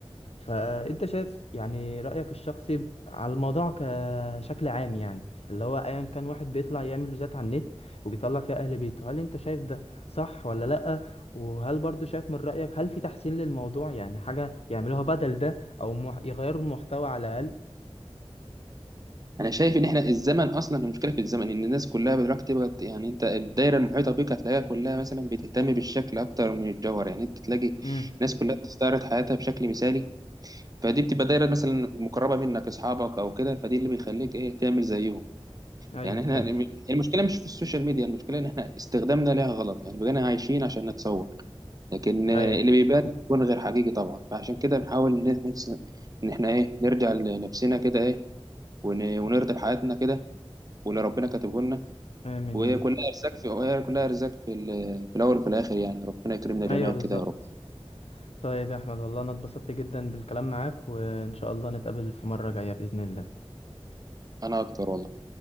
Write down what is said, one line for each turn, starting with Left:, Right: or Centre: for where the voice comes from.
Left: فانت شايف يعني رأيك الشخصي ب- على الموضوع كشكل عام يعني اللي هو ايا كان واحد بيطلع يعمل فيديوهات على النت وبيطلع فيها اهل بيته هل انت شايف ده صح ولا لأ وهل برضو شايف من رأيك هل في تحسين للموضوع يعني حاجة يعملوها بدل ده او مح... يغيروا المحتوى على الأقل
Right: انا شايف ان احنا الزمن اصلا المشكله في الزمن ان الناس كلها دلوقتي بقت يعني انت الدايره المحيطه بيك هتلاقيها كلها مثلا بتهتم بالشكل اكتر من الجوهر يعني انت تلاقي
Left: امم
Right: الناس كلها بتستعرض حياتها بشكل مثالي فدي بتبقى دايره مثلا مقربه منك اصحابك او كده فدي اللي بيخليك ايه تعمل زيهم
Left: ايوه
Right: يعني
Left: فهمتك
Right: احنا المشكله مش في السوشيال ميديا المشكله ان احنا استخدامنا ليها غلط يعني بقينا عايشين عشان نتصور لكن آه،
Left: ايوه
Right: اللي بيبان بيكون غير حقيقي طبعا فعشان كده بنحاول ان إحنا- ان احنا ايه نرجع لنفسنا كده ايه ون- ونرضي بحياتنا كده واللي ربنا كاتبه لنا
Left: امين
Right: وهي
Left: يا رب
Right: كلها ارزاق في وهي كلها ارزاق في, ال- في الاول وفي الاخر يعني ربنا يكرمنا
Left: ايوه
Right: جميعا
Left: بالظبط
Right: كده يا رب
Left: طيب يا احمد والله انا اتبسطت جدا بالكلام معاك وان شاء الله نتقابل في مرة جاية بإذن الله
Right: انا اكتر والله